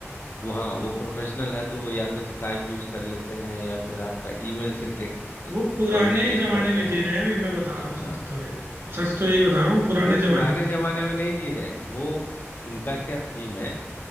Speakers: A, on the left; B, on the right.
A: वो हाँ वो प्रोफेशनल है तो वो या तो स्काइप यूज कर लेते हैं या फिर आपका ईमेल से चेक
B: वो पुराने
A: कम्युनिकेट
B: जमाने
A: करते
B: में
A: हैं
B: जी रहे हैं अभी मैं बता
A: ठीक
B: रहा हूँ सच
A: हाँ
B: तो ये सच तो यही बता रहा हूँ पुराने
A: वो पुराने
B: जमाने
A: जमाने में नहीं जी रहे हैं वो उनका क्या थीम है